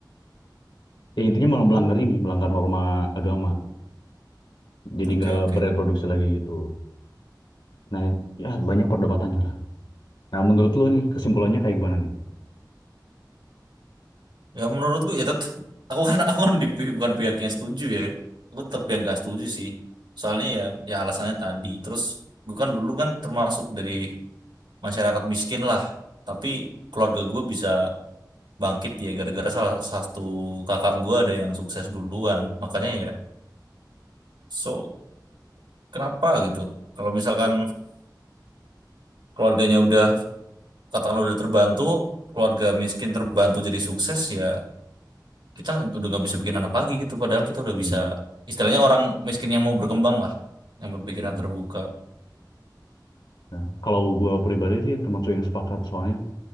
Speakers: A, on the left; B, on the right.
A: Ya, intinya mel- melanggar ini, melanggar norma agama. Jadi
B: Oke
A: nggak
B: oke.
A: bereproduksi lagi gitu. Nah, ya banyak perdebatannya lah. Nah, menurut lo nih kesimpulannya kayak gimana nih?
B: Ya menurutku ya tetap aku kan aku kan di pihak- bukan pihak yang setuju ya. Aku tetap yang nggak setuju sih. Soalnya ya ya alasannya tadi. Terus gue kan dulu kan termasuk dari masyarakat miskin lah. Tapi keluarga gue bisa bangkit ya gara-gara salah satu kakak gua ada yang sukses duluan makanya ya so kenapa gitu kalau misalkan keluarganya udah katakanlah udah terbantu keluarga miskin terbantu jadi sukses ya kita udah nggak bisa bikin anak lagi gitu padahal kita udah
A: Hmm.
B: bisa istilahnya orang miskin yang mau berkembang lah yang berpikiran
A: Mm-mm.
B: terbuka
A: Nah, kalau gua pribadi sih termasuk yang sepakat soalnya